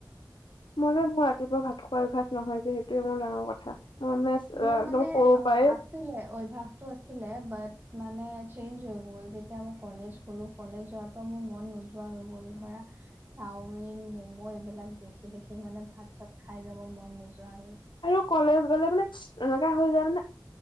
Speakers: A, on the left; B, on the right.
A: মই যে মোৰ ৰাতিপুৱা ভাত খোৱা অভ্যাস নহয় যে সেইটোৱে মোৰ ডাঙৰ কথা। মই মানে
B: মোৰ
A: একদম
B: মানে
A: সৰুৰ
B: অ,
A: পৰাই
B: আছিলে অভ্যাসতটো আছিল লে বাত মানে চেঞ্জ হৈ গ'ল যেতিয়া মই কলেজ গ'লো কলেজোৱাৰ ত' মোৰ মন নোযোৱা হৈ গ'ল ধৰা চাওমিন, ম'ম' এইবিলাক দেখি দেখি মানে ভাত-চাত খাই যাব মন নোযোৱা হ'ল।
A: আৰু কলেজ গ'লে মানে এনেকা হৈ যায় মানে,